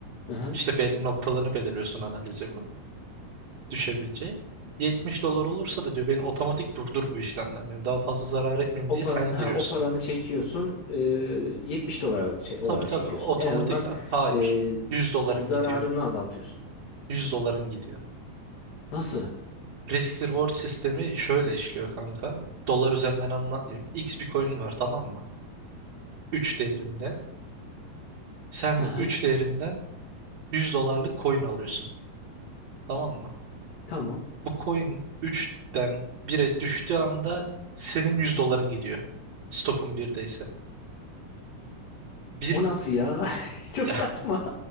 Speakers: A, on the left; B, on the right.
A: Hı hı.
B: İşte belli noktalarını belirliyorsun analiz yapıp. düşebileceği. 70 dolar olursa da diyor beni otomatik durdur bu işlemden diyor. Daha fazla zarar etmeyeyim
A: O
B: diye
A: para,
B: sen
A: ha,
B: giriyorsun.
A: o paranı çekiyorsun. e, 70 dolar al- çe-
B: Tabii
A: olarak
B: tabii
A: çekiyorsun.
B: otomatik
A: En azından
B: ha- hayır.
A: e,
B: yüz doların
A: zararını
B: gidiyor.
A: azaltıyorsun.
B: yüz doların gidiyor.
A: Nasıl?
B: Risk reward sistemi şöyle işliyor kanka. Dolar üzerinden anlatmayayım. X bir coin var tamam mı? Üç değerinde. Sen
A: Hı
B: bu
A: hı.
B: 3 değerinden 100 dolarlık coin alıyorsun. Tamam mı?
A: Tamam.
B: Bu coin üçten bire düştüğü anda senin 100 doların gidiyor. Stopun birdeyse bir
A: O nasıl ya? <laughs> Çok
B: ya
A: saçma.
B: <laughs>